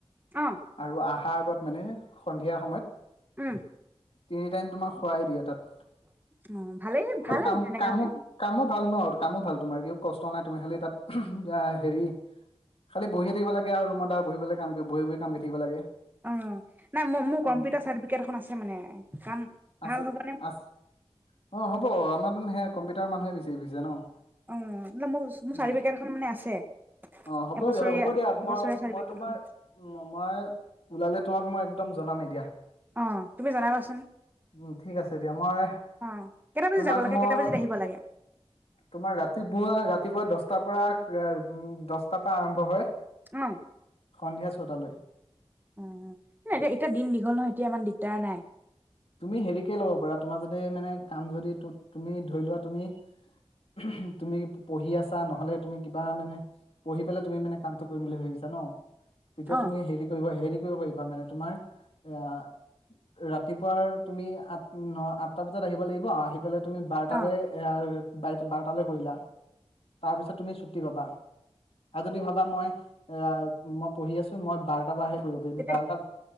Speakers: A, on the right (about 20°); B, on the left (about 70°).
A: অ
B: আৰু আহাৰ আগত মানে সন্ধিয়া সময়ত
A: উম
B: তিনি টাইম তোমাক খোৱাএ দিয়ে তাত।
A: অ ভালেই ভালে
B: অ কাম-কামো-কামো
A: তেনেকে হলে
B: ভাল ন আৰু কামো ভাল তোমাৰ <unintelligible> কষ্ট নাই তুমি খালি তাত। হেৰি, খালি বহিয়ে থাকিব লাগে আৰু ৰুমত আৰু বহি পেলাই কাম কৰি বহি-বহি কাম কৰি থাকিব লাগে।
A: অ'। নাই মোৰ- মোৰ কম্পিউটাৰ
B: উম
A: চাৰ্টিফিকেট এখন আছে মানে কাম ভাল
B: আছে
A: হ'ব
B: আছ। অ হ'ব আমাৰ উম সেইয়া কম্পিউটাৰৰ মানুহে বিচাৰি ফুৰিছে ন।
A: অ মোৰ - মোৰ চাৰ্টিফিকট
B: উম
A: এখন মানে আছে। এবছৰীয়া-
B: অ হ'ব দিয়া হ'ব দিয়া
A: এবছৰীয়া
B: মই
A: চাৰটিফিকেট
B: মই তোমাৰ
A: এখন।
B: মই ওলালে তোমাক মই একদম জনামে দিয়া।
A: অ' তুমি জনাবাচোন।
B: উম ঠিক আছে দিয়া মই
A: অ কেইটা বাজিত
B: তোমাক
A: যাব লাগে
B: মই
A: কেইটা বাজিত আহিব লাগে
B: তোমাৰ ৰাতিপুৱা- ৰা ৰাতিপুৱা দচটাৰ পৰা <unintelligible> দচটাৰ পৰা আৰম্ভ হয়।
A: অঁ
B: সন্ধিয়া ছটালৈ।
A: অ' অ' এতিয়া - এতিয়া দিন দীঘল নহয় এতিয়া ইমান দিগদাৰ নাই।
B: তুমি হেৰিকে লব পাৰা তোমাৰ যদি মানে কাম যদি তু - তুমি ধৰি লোৱা তুমি - তুমি পঢ়ি আছা নহলে তুমি কিবা মানে পঢ়ি পেলে তুমি মানে কামটো কৰিম বুলি ভাবিছা ন। তেতিয়া
A: অ
B: তুমি হেৰি কৰিবা হেৰি কৰিব পাৰি বা মানে তোমাৰ এয়া ৰাত ৰাতিপুৱাৰ তুমি আঠ আঠটা বজাত আহিব লাগিব। এফালে তুমি বাৰ তালৈ
A: অ
B: <unintelligible> বাৰ তালৈ কৰিলা, তাৰ পিছত তুমি ছুি <unintelligible> পাবা আৰু যদি ভাবা মই এ মই পঢ়ি আছো মই বাৰটা বাৰহে কৰিব
A: তেতিয়া
B: বাৰটা